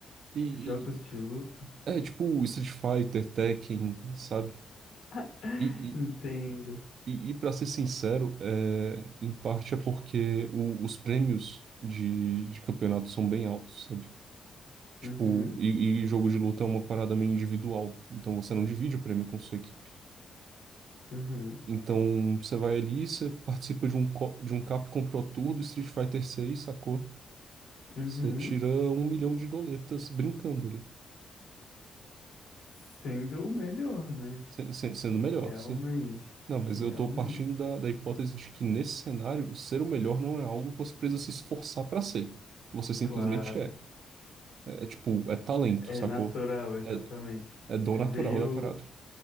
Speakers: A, on the right; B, on the left.
A: E,
B: Jogos de
A: e-
B: luta.
A: é, tipo, Street Fighter, Tekken, sabe?
B: <laughs>
A: e
B: Entendo.
A: E, e para ser sincero, é, em parte é porque o- os prêmios de, de campeonato são bem altos, sabe? Tipo,
B: Uhum,
A: e, e jogo de luta é uma parada meio individual, então você não divide o prêmio com sua equipe.
B: uhum,
A: Então você vai ali, você participa de um, co- de um Capcom Pro Tour do Street Fighter 6, sacou?
B: uhum.
A: Você tira um milhão de doletas brincando ali,
B: Sendo o melhor, né?
A: se- se- sendo melhor,
B: Realmente.
A: Não, mas
B: Realmente.
A: eu estou partindo da, da hipótese de que nesse cenário, ser o melhor não é algo que você precisa se esforçar para ser. Você simplesmente
B: Claro.
A: é. É, é tipo, é talento,
B: É
A: sacou?
B: natural, exatamente.
A: É, é dom
B: Veio,
A: natural da parada.